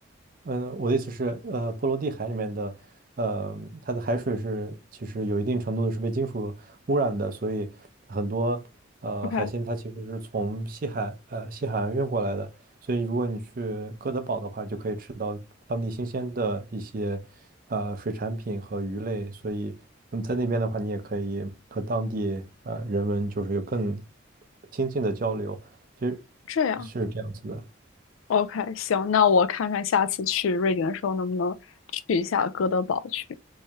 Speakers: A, on the right; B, on the left.
A: 呃，我的意思是，呃，波罗的海里面的，呃，它的海水是其实有一定程度的是被金属污染的，所以很多呃海鲜它其实是从西海呃西海岸运过来的，
B: OK，
A: 所以如果你去哥德堡的话，就可以吃到当地新鲜的一些呃水产品和鱼类，所以嗯在那边的话，你也可以和当地呃人文就是有更亲近的交流，其实
B: 这样
A: 是这样子的。
B: ，OK，行，那我看看下次去瑞典的时候能不能去一下哥德堡去。